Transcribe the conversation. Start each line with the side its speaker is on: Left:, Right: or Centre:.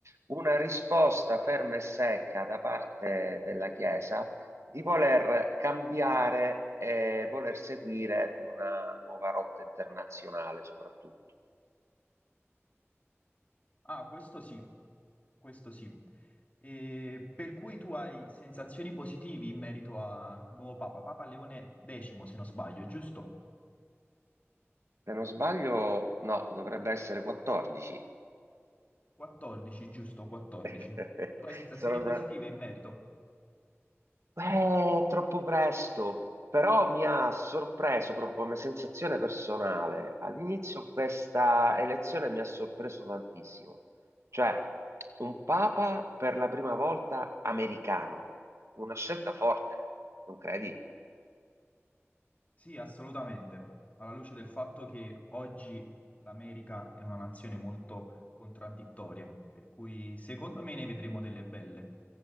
Right: una risposta ferma e secca da parte della Chiesa di voler cambiare e voler seguire una nuova rotta internazionale soprattutto.
Left: Ah, questo sì, questo sì. E per cui tu hai sensazioni positive in merito a nuovo Papa, Papa Leone X, se non sbaglio, giusto?
Right: Se non sbaglio, no, dovrebbe essere 14.
Left: 14, giusto? 14.
Right: <laughs>
Left: Tu hai sensazioni
Right: Sono
Left: positive in merito?
Right: Beh, troppo presto, però mi ha sorpreso proprio come sensazione personale. All'inizio questa elezione mi ha sorpreso tantissimo, cioè un papa per la prima volta americano, una scelta forte, non credi?
Left: Sì, assolutamente. Alla luce del fatto che oggi l'America è una nazione molto contraddittoria, per cui secondo me ne vedremo delle belle.